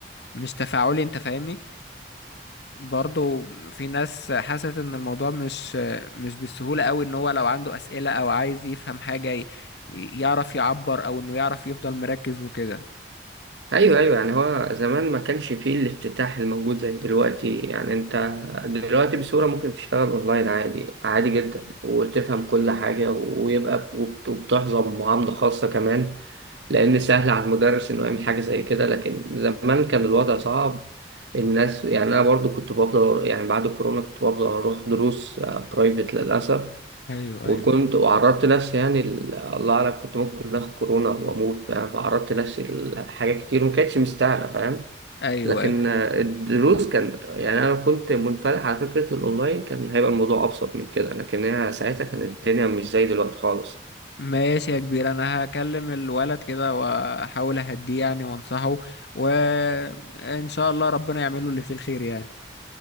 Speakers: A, on the left; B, on the right.
A: مش تفاعلي انت فاهمني برضو في ناس حست ان الموضوع مش مش بالسهولة قوي ان هو لو عنده اسئلة او عايز يفهم حاجة ي- يعرف يعبر او انه يعرف يفضل مركز وكده
B: أيوه أيوه يعني هو زمان ما كانش فيه الافتتاح الموجود زي دلوقتي يعني أنت دلوقتي بسهولة ممكن تشتغل أونلاين عادي عادي جدا وتفهم كل حاجة ويبقى وبت- وبتحظى بمعاملة خاصة كمان لأن سهل على المدرس إنه يعمل حاجة زي كده لكن زمان كان الوضع صعب الناس يعني أنا برضو كنت بفضل يعني بعد الكورونا كنت بفضل أروح دروس برايفت للأسف
A: ايوه
B: وكنت
A: ايوه
B: وعرضت نفسي يعني ال- الله أعلم كنت ممكن آخد كورونا وأموت يعني فعرضت نفسي لحاجات كتير وما كانتش مستاهلة فاهم
A: ايوه
B: لكن
A: أيوة.
B: آه، الدروس كان يعني أنا كنت منفتح على فكرة الأونلاين كان هيبقى الموضوع أبسط من كده لكن هي ساعتها كانت الدنيا مش زي دلوقتي خالص
A: ماشي يا كبير انا هكلم الولد كده واحاول اهديه يعني وانصحه وان شاء الله ربنا يعمله اللي فيه الخير يعني